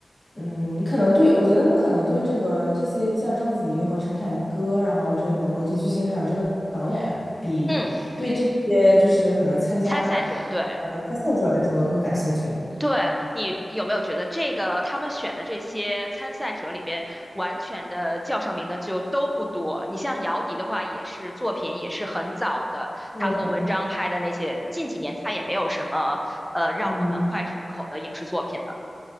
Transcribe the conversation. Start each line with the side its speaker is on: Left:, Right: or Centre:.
Left: 嗯，你可能对，我觉得你可能对这个这些像章子怡和陈凯歌，然后这个国际巨星，还有这个导演，比对这些就是可能参加
Centre: 嗯，参赛者，对。
Left: 呃参赛者来说更感兴趣。
Centre: 对，你有没有觉得这个他们选的这些参赛者里边，完全的叫上名的就都不多？你像姚笛的话，也是作品也是很早的，
Left: 对，
Centre: 他和文章拍的那些，近几年他也没有什么呃让我们脍炙人口的影视作品了。
Left: 嗯